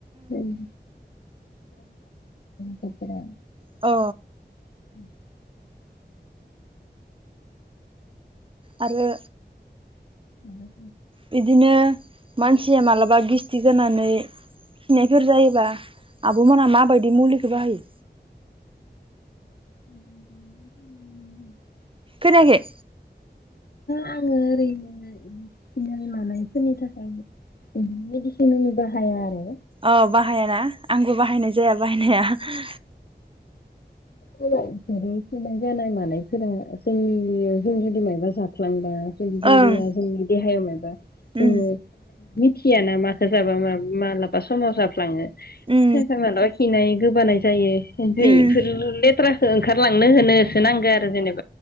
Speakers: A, on the left (about 60°); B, on the right (about 30°).
A: उम। <unintelligible> बे <unintelligible>
B: औ।
A: <unintelligible>
B: आरो।
A: <unintelligible>
B: बिदिनो। मानसिया मालाबा गिस्थि जानानै खिनायफोर जायोबा आबमोनहा माबायदि मुलि खौ बाहायो।
A: <unintelligible>
B: खोनायाखै?
A: आङो ओरैनो इदि खिनाय मानायफोरनि थाखाय मेडिसिन इदिनि बाहाया आरो
B: अ बाहायाना आंबो बाहायनाय जाया बाहायनाया।
A: जेरै <unintelligible> खिनाय जानाय मानायफोरा जोंनि जों जुदि मायबा जाफ्लांबा <unintelligible> जोंनि
B: ओं
A: देहायाव मायबा <unintelligible>
B: उम
A: औ मिथियाना माखो जाबा मालाबा समाव जाफ्लाङो
B: उम
A: <unintelligible> खिनाय गोबानाय जायो। ओमफ्राय
B: उम
A: इफोर लेथ्राखौ ओंखारलांनो होनोसो नांगौ आरो जेनेबा